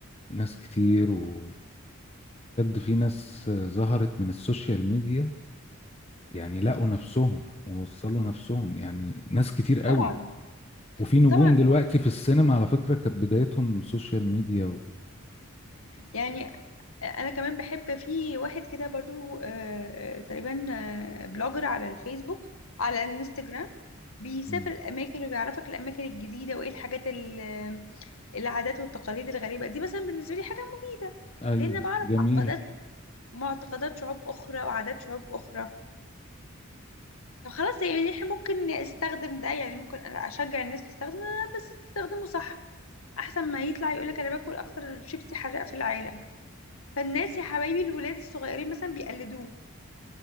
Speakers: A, on the left (about 30°); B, on the left (about 75°).
A: ناس كتير وبجد في ناس آه، ظهرت من السوشيال ميديا يعني لقوا نفسهم ووصلوا نفسهم يعني ناس كتير قوي
B: طبعا
A: وفي نجوم
B: طبعا في
A: دلوقتي في السينما على فكرة كانت بدايتهم سوشيال ميديا و...
B: يعني انا كمان بحب في واحد كده برضو آه، آه، تقريبا آه، بلوجر على الفيسبوك على الانستجرام بيسافر
A: مم.
B: الاماكن وبيعرفك الاماكن الجديده وايه الحاجات ال- العادات والتقاليد الغريبه دي مثلا بالنسبه لي حاجه مفيده
A: ايوه
B: لان بعرف
A: جميل
B: معتقدات معتقدات شعوب اخرى وعادات شعوب اخرى طب خلاص يعني احنا ممكن استخدم ده يعني ممكن انا اشجع الناس تستخدم ده بس تستخدمه صح احسن ما يطلع يقولك انا باكل اكتر شيبسي حراق في العالم فالناس يا حبايبي الولاد الصغيرين مثلا بيقلدوه